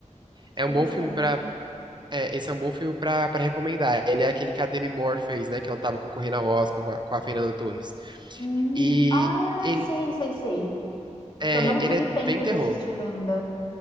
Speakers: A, on the left (about 40°); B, on the right (about 35°).
A: Substância.
B: É um bom filme pra É, esse é um bom filme pra, pra recomendar. Ele é aquele que a Demi Moore fez, né? Que ela tava concorrendo ao Oscar com a, com a Fernanda Torres.
A: Hum,
B: E
A: ah,
B: ele
A: sei, sei, sei. É
B: é,
A: que eu não
B: ele
A: tive
B: é
A: tempo
B: bem terror.
A: de assistir ainda.